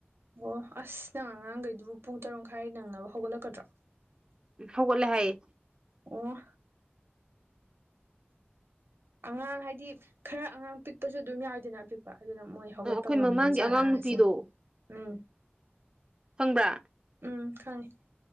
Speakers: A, on the right; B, on the right.
A: ꯑꯣ ꯑꯁ ꯅꯪ ꯑꯉꯥꯡꯒꯩꯗꯨꯕꯨ ꯄꯨꯡ ꯇꯔꯨꯛ ꯃꯈꯥꯏ ꯅꯪꯅꯕ ꯍꯧꯒꯠꯂꯛꯀꯗ꯭ꯔꯣ
B: ꯍꯧꯒꯠꯂꯦ ꯍꯥꯏꯌꯦ
A: ꯑꯣ ꯑꯉꯥꯡ ꯍꯥꯏꯗꯤ ꯈꯔ ꯑꯉꯥꯡ ꯄꯤꯛꯄꯖꯨ ꯑꯗꯨꯝ ꯌꯥꯎꯏꯗꯅ ꯑꯄꯤꯛꯄ ꯑꯗꯨꯅ ꯃꯣꯏ ꯍꯧꯒꯠꯄ
B: ꯑ ꯑꯩꯈꯣꯏ
A: ꯉꯝꯗꯣꯏ
B: ꯃꯃꯥꯡꯒꯤ
A: ꯖꯥꯠꯂ
B: ꯑꯉꯥꯡ ꯅꯨꯄꯤꯗꯣ
A: ꯁꯤꯅꯤ ꯎꯝ
B: ꯈꯪꯕ꯭ꯔꯥ
A: ꯎꯝ ꯈꯪꯉꯦ